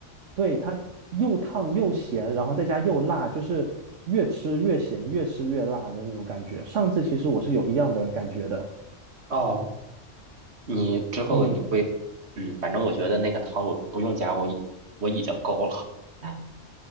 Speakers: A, on the right; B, on the right.
A: 对，它又烫又咸，然后再加又辣，就是越吃越咸，越吃越辣的那种感觉。上次其实我是有一样的感觉的，
B: <laughs> 哦，你之后你会，
A: 嗯。
B: 嗯，反正我觉得那个汤我不用加，我已我已经够了。<laughs>